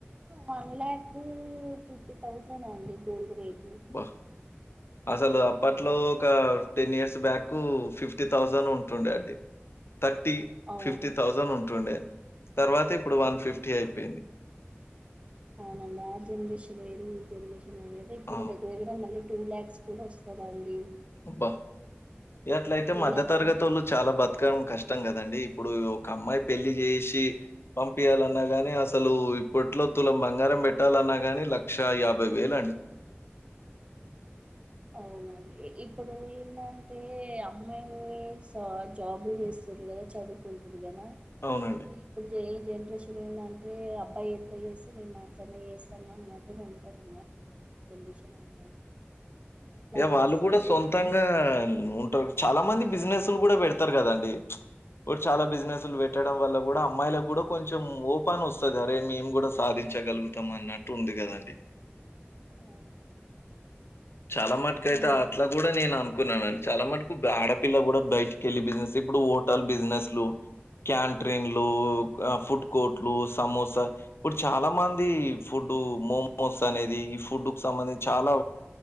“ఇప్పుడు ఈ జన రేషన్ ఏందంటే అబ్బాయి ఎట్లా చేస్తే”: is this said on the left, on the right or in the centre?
Right